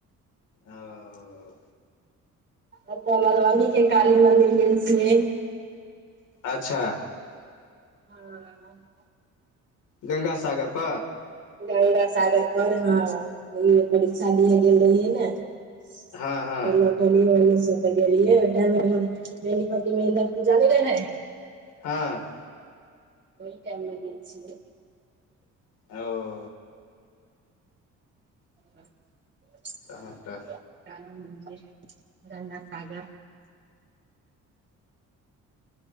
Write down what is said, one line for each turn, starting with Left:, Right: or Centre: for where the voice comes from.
Left: अ-ओ
Right: ओत्त मधुबनी के काली मन्दिर गेल छियै
Left: अच्छा
Right: हँ
Left: गंगासागर प-
Right: गंगासागर पर हँ इ- परीक्षा दिए गेल रहियै ने त
Left: हँ हँ
Right: लौटलियै ओने से तऽ गेलियै ओहि टाइममे बनीपट्टी मे इंन्दर पूजा न रहै
Left: हँ
Right: ओहि टाइममे गेल छियै
Left: अ-ओ
Right: ह <inaudible>
Left: तहन तऽ
Right: काली मन्दिर गङ्गसागर